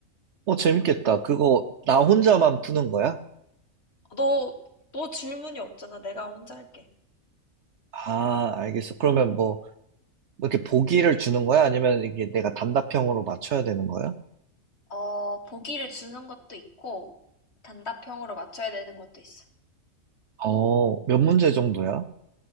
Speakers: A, on the right (about 60°); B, on the left (about 50°).
A: 재밌겠다. 그거 나 혼자만 푸는 거야?
B: 너, 너 질문이 없잖아. 내가 혼자 할게.
A: 아, 알겠어. 그러면 뭐, 뭐 이렇게 보기를 주는 거야? 아니면 이게 내가 단답형으로 맞춰야 되는 거야?
B: 어, 보기를 주는 것도 있고, 단답형으로 맞춰야 되는 것도 있어.
A: 어, 몇 문제 정도야?